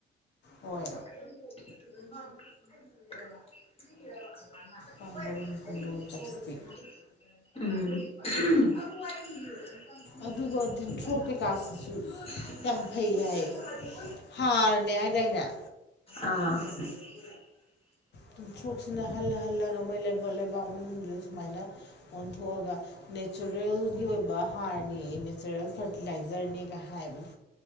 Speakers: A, on the left; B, on the left.
A: ꯍꯣꯏ
B: <unintelligible>
A: ꯀꯥꯡ ꯃꯔꯨꯝ
B: ꯎꯝ
A: ꯇꯤꯟ ꯃꯔꯨꯝ ꯆꯥꯊꯣꯛꯄꯤ
B: <unintelligible>
A: ꯑꯗꯨꯒ ꯇꯤꯟꯊ꯭ꯔꯣꯛ ꯀꯩꯀꯥꯁꯤꯁꯨ ꯌꯥꯝ ꯐꯩ ꯍꯥꯏꯌꯦ ꯍꯥꯔꯅꯦ ꯍꯥꯏꯗꯥꯏꯅꯦ
B: ꯑꯥ <unintelligible>
A: ꯇꯤꯟꯊꫭꯛꯁꯤꯅ ꯍꯜꯂ ꯍꯜꯂꯒ ꯃꫭꯏ ꯂꯩꯕꯣꯠ ꯂꯩꯕꯥꯛ ꯃꯅꯨꯡꯗꯗꯨ ꯁꯨꯃꯥꯏꯅ ꯑꯣꯟꯊꯣꯛꯑꯒ ꯅꯦꯆꯔꯦꯜꯒꯤ ꯑꯣꯏꯕ ꯍꯥꯔꯅꯤ ꯅꯦꯆꯔꯦꯜ ꯐꯔꯇꯤꯂꯥꯏꯖꯔꯅꯤꯒ ꯍꯥꯏꯕꯅꯤ